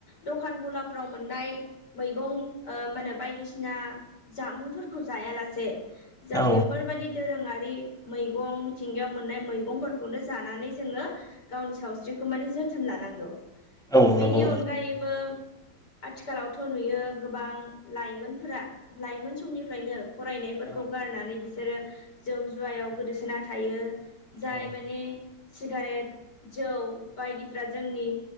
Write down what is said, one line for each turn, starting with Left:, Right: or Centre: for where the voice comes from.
Left: दखान गलाफोराव मोननाय मैगं ओ मा होनो बायदिसिना जामुंफोर खौ जायालासे जों
Centre: औ
Left: बेफोरबायदि दोरोङारि मैगं मिथिंगायाव मोन नाय मैगंफोरखौनो जानानै जोङो गावनि सावस्रिखौ माने जोथोन लानांगौ।
Centre: औ
Left: बेनि
Centre: नंगौ
Left: अनगायैबो आथिखालावथ' नुयो गोबां लाइमोनफोरा लाइमोन समनिफ्रायनो फरायनायफोरखौ
Centre: नोंथां
Left: गारनानै बिसोरो जौ जुवायाव गोदोसोना थायो। जाय
Centre: औ
Left: माने सिगारेट जौ बायदिफ्रा जोंनि